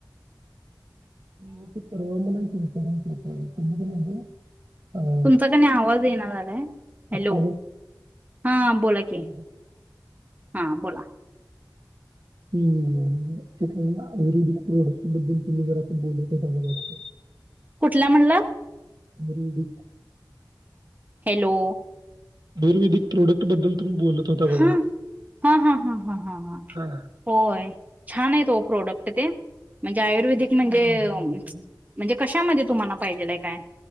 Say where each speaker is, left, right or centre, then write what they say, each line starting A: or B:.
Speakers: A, on the right (about 70°); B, on the right (about 20°).
A: <inaudible> अ <inaudible>
B: तुमचा का नाही आवाज येईना झालाय हॅलो
A: आत्ता
B: हा बोला की
A: बघा. <unintelligible>
B: हा बोला
A: हम् त्या आयुर्वेदिक बद्दल तुम्ही जरा. बोलतचं रहावं वाटत.
B: काय म्हणला?
A: म्रीडिंग
B: हॅलो.
A: आयुर्वेदिक प्रोडक्ट बद्दल तुम्ही बोलत होता
B: हा.
A: बघा
B: हा ह ह ह
A: हा
B: होय. छान आहेत ओ प्रोडक्ट ते म्हणजे,
A: ते
B: आयुर्वेदिक
A: कशाचं
B: म्हणजे
A: आहे
B: म्हणजे
A: नेमकं?
B: कशामध्ये तुम्हाला पाहिजेलाय काय?